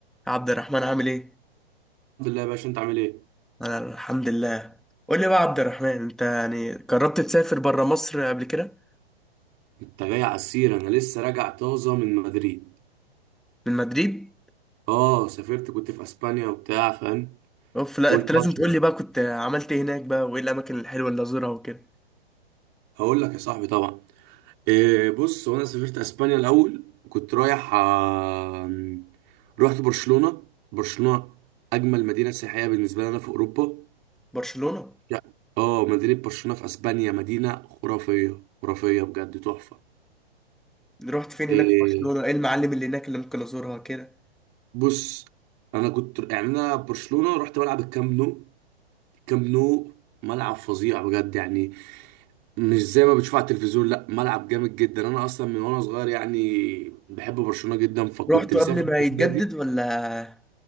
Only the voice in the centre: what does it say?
عبد الرحمن عامل ايه؟
انا الحمد لله قول لي بقى يا عبد الرحمن انت يعني جربت تسافر بره مصر قبل كده
من مدريد؟
اوف لا
انت لازم
تقول لي بقى كنت عملت ايه هناك بقى وايه الاماكن الحلوه اللي ازورها وكده
برشلونه
رحت فين هناك
في برشلونه ايه المعالم اللي هناك اللي ممكن ازورها كده
رحت
قبل
ما يتجدد
ولا